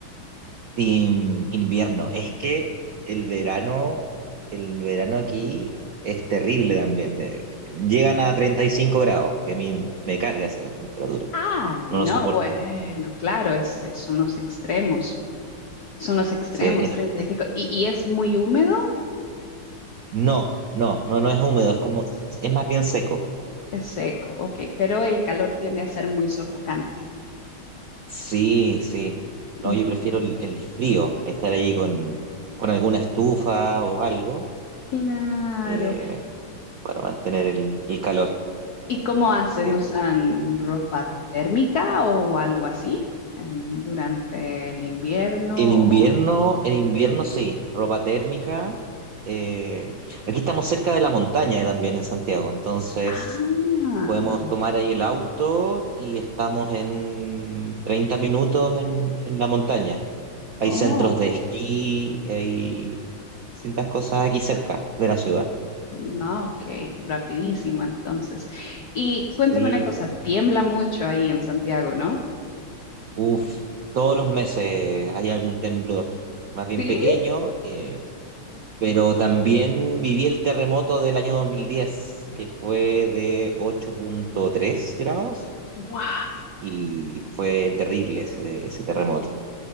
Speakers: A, on the right; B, on the left.
A: in- invierno. Es que el verano, el verano aquí es terrible también. Te- llegan a 35 grados, que a mí me carga esa temperatura.
B: Ah, no,
A: No lo soporto.
B: bueno, claro, es, es- son los extremos. Son los extremos,
A: Se- en-
B: 35. ¿Y, cinco. y y es muy húmedo?
A: no, no, no, no es húmedo, es como, es más bien seco.
B: Es seco, ok, pero el calor tiende a ser muy sofocante.
A: Sí, sí. No,
B: Ujú,
A: yo prefiero el, el frío, estar ahí con, con alguna estufa o algo
B: Claro.
A: eh, para mantener el, el calor.
B: ¿Y cómo hacen?
A: Sí.
B: ¿Usan ropa térmica o algo así en- durante el invierno?
A: En invierno,
B: O...
A: en invierno sí, ropa térmica. eh, aquí estamos cerca de la montaña también en Santiago, entonces
B: Ah,
A: podemos tomar ahí el auto y estamos en 30 minutos en, en la montaña. Hay
B: oh.
A: centros de esquí, hay distintas cosas aquí cerca de la ciudad.
B: No, ok, rapidísimo entonces. Y cuéntame
A: Sí,
B: una cosa, tiembla mucho ahí en Santiago, ¿no?
A: Uf, todos los meses hay algún temblor, más bien
B: Sí.
A: pequeño, eh, pero también viví el terremoto del año dos mil diez que fue de ocho punto tres grados
B: Wow.
A: y fue terrible ese, ese terremoto.